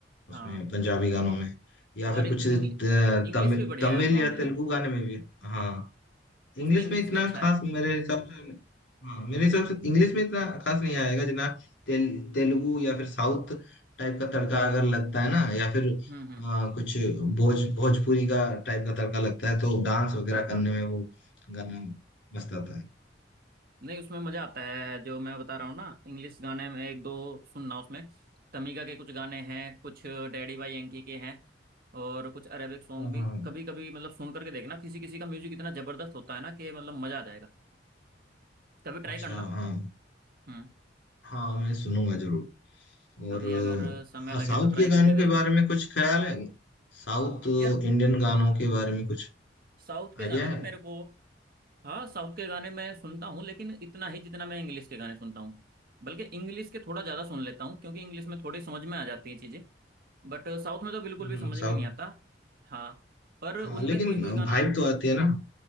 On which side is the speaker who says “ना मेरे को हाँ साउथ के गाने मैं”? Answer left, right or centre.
Right